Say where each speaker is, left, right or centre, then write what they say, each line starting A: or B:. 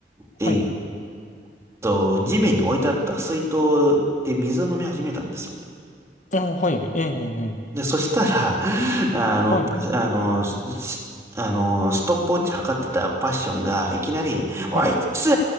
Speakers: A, on the right; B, on the left.
A: えーっ
B: はい。
A: と、地面に置いてあった水筒で水を飲み始めたんですよね。
B: あー、はい。えー、えー、え
A: で、そしたら、<laughs> あの、
B: ーはい。
A: パあの、しあの、ストップウォッチ測ってたパッションが、いきなり、
B: はい。
A: おい、やつ、